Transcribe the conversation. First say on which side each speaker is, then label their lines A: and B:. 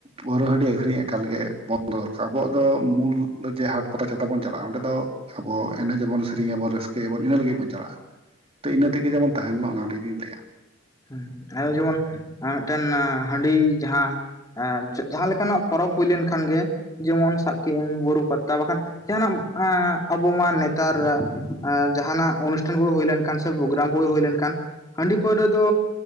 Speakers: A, on the right; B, on the left.
A: ᱯᱟᱹᱣᱨᱟᱹ ᱦᱟᱺᱰᱤ ᱟᱹᱠᱷᱨᱤᱧ ᱮᱠᱟᱞᱜᱮ ᱵᱚᱱᱫᱚ ᱫᱚᱨᱠᱟᱨ ᱟᱵᱚᱣᱟᱜ ᱫᱚ ᱢᱩᱞ ᱡᱮ ᱦᱟᱴ ᱯᱟᱛᱟ ᱪᱷᱟᱛᱟ ᱵᱚᱱ ᱪᱟᱞᱟᱜᱼᱟ ᱚᱸᱰᱮ ᱫᱚ ᱟᱵᱚ ᱮᱱᱮᱡ ᱟᱵᱚᱱ ᱥᱮᱨᱮᱧ ᱟᱵᱚᱱ ᱨᱟᱹᱥᱠᱟᱹᱭᱟ ᱵᱚᱱ ᱤᱱᱟᱹ ᱞᱟᱹᱜᱤᱫ ᱵᱚᱱ ᱪᱟᱞᱟᱜᱼᱟ ᱛᱚ ᱤᱱᱟᱹ ᱛᱮᱜᱮ ᱡᱮᱢᱚᱱ ᱛᱟᱦᱮᱱ ᱢᱟ ᱚᱱᱟ ᱞᱟᱹᱜᱤᱫᱤᱧ ᱞᱟᱹᱭᱟ
B: ᱦᱮᱸ ᱟᱨᱚ ᱡᱮᱢᱚᱱ ᱢᱤᱫᱴᱮᱱ ᱦᱟᱺᱰᱤ ᱡᱟᱦᱟᱸ ᱡᱟᱦᱟᱸ ᱞᱮᱠᱟᱱᱟᱜ ᱯᱚᱨᱚᱵᱽ ᱦᱩᱭ ᱞᱮᱱᱠᱷᱟᱱ ᱜᱮ ᱡᱮᱢᱚᱱ ᱥᱟᱵ ᱠᱮᱫᱟᱹᱧ ᱵᱩᱨᱩ ᱯᱟᱛᱟ ᱵᱟᱠᱷᱟᱱ ᱡᱟᱦᱱᱟᱜ ᱟᱵᱚ ᱢᱟ ᱱᱮᱛᱟᱨ ᱡᱟᱦᱟᱱᱟᱜ ᱚᱱᱩᱥᱴᱷᱟᱱ ᱠᱚ ᱦᱩᱭ ᱞᱮᱱ ᱥᱮ ᱯᱨᱳᱜᱨᱟᱢ ᱠᱚᱜ ᱦᱩᱭ ᱞᱮᱱᱠᱷᱟᱱ ᱦᱟᱺᱰᱤ ᱯᱟᱹᱣᱨᱟᱹ ᱫᱚ